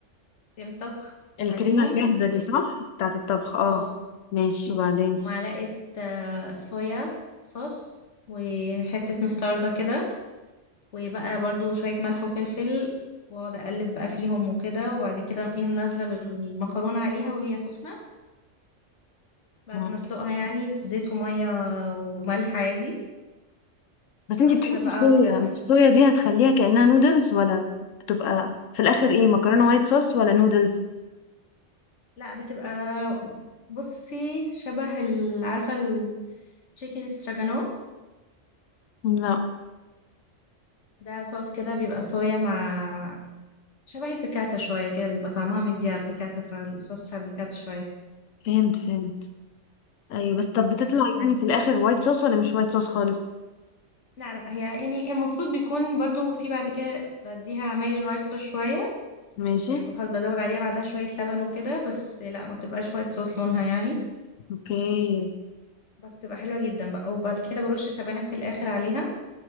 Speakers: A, on the left; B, on the left.
A: كريم طبخ
B: الكريمة
A: عليهم
B: الجاهزة
A: و
B: دي صح بتاعة الطبخ اه
A: اه
B: ماشي وبعدين
A: ومعلقة آه، صويا صوص وحتة مستردة كده وبقى برضو شوية ملح وفلفل واقعد اقلب بقى فيهم وكده وبعد كده اقوم نازلة بالمكرونة عليها وهي سخنة بعد
B: مم.
A: ما اسلقها يعني بزيت ومية وملح عادي
B: بس انتي
A: بعد
B: بتحطي
A: كده بقى
B: صويا
A: اقعد
B: الصويا دي هتخليها كأنها نودلز ولا بتبقى في الآخر ايه مكرونة وايت صوص ولا نودلز
A: لا بتبقى بصي شبه ال- عارفة التشيكن استراجانوف
B: لا
A: ده صوص كده بيبقى صويا مع شبه البيكاتا شوية كده بيبقى طعمها مدي على البيكاتا بتاع الصوص بتاع البيكاتا شوية
B: فهمت فهمت ايوه بس طب بتطلع
A: بس
B: يعني في الآخر وايت صوص ولا مش وايت صوص خالص
A: لا لا هي يعني المفروض بيكون برضو في بعد كده بديها عمايل الوايت صوص شوية
B: ماشي
A: يعني بحط بزود عليها بعدها شوية لبن وكده بس لا ما بتبقاش وايت صوص لونها يعني
B: اوكي
A: بس تبقى حلوة جدا بقى وبعد كده برش سبانخ في الآخر عليها